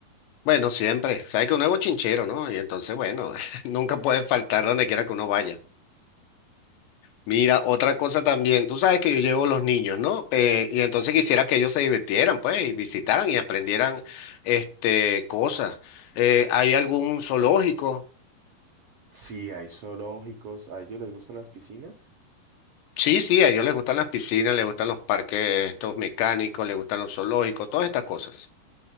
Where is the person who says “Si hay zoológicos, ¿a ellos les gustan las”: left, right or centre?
Right